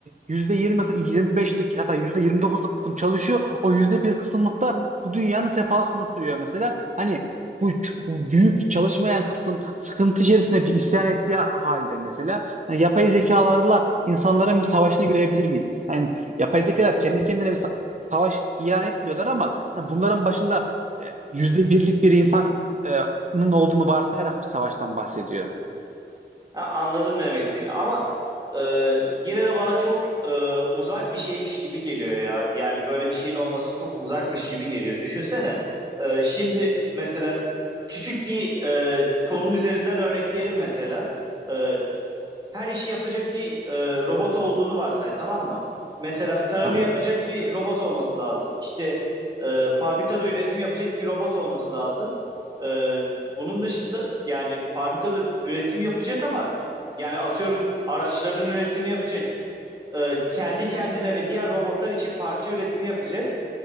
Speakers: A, on the right; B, on the right.
A: yüzde 25'lik hatta yüzde 29'luk kısım çalışıyor. O yüzde bir kısımlıkta bu dünyanın sefasını sürüyor mesela. Hani bu, ç- bu büyük çalışmayan kısım sıkıntı içerisinde bir isyan ettiği halde mesela hani yapay zekalarla insanların bir savaşını görebilir miyiz? Hani yapay zekalar kendi kendine bir sa- savaş ilan etmiyorlar ama hani bunların başında e, yüzde birlik bir insanın olduğunu varsayarak bir savaştan bahsediyorum.
B: Ha, anladım ne demek istediğini ama e, yine de bana çok e, uzak bir şeymiş gibi geliyor ya. Yani böyle bir şeyin olması çok uzakmış gibi geliyor. Düşünsene e, şimdi mesela küçük bir e, konum üzerinden örnekleyelim mesela. E, her işi yapacak bir e, robot olduğunu varsay tamam mı? Mesela tarımı
A: Tamam.
B: yapacak bir robot olması lazım. İşte e, fabrikada üretim yapacak bir robot olması lazım. E, bunun dışında yani fabrikada üretim yapacak ama yani atıyorum araçların üretimini yapacak. E, kendi kendine ve diğer robotlar için parça üretimi yapacak.